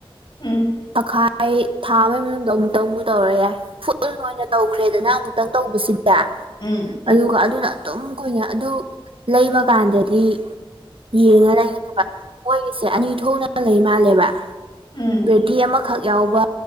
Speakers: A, on the left; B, on the right.
A: ꯎꯝ
B: ꯇꯈꯥꯏ ꯊꯥ ꯑꯃꯒꯤ ꯃꯅꯨꯡꯗ ꯑꯃꯨꯛꯇꯪꯕꯨ ꯇꯧꯔ ꯌꯥꯏ ꯐꯨꯜ ꯑꯣꯏꯅ ꯇꯧꯈ꯭ꯔꯦꯗꯅ ꯑꯃꯨꯛꯇꯪ ꯇꯧꯕꯁꯤꯗꯤ
A: ꯎꯝ
B: ꯑꯗꯨꯒꯥ ꯑꯗꯨꯅ ꯑꯗꯨꯝ ꯈꯣꯏꯅ ꯑꯗꯨ ꯂꯩꯕ ꯀꯥꯟꯗꯗꯤ ꯌꯦꯡꯉꯥ ꯂꯩꯒꯗꯕ ꯃꯣꯏꯒꯤꯁꯦ ꯑꯅꯤ ꯊꯣꯛꯅ ꯂꯩ ꯃꯥꯜꯂꯦꯕ
A: ꯎꯝ
B: ꯕꯦꯇꯤ ꯑꯃꯈꯛ ꯌꯥꯎꯕ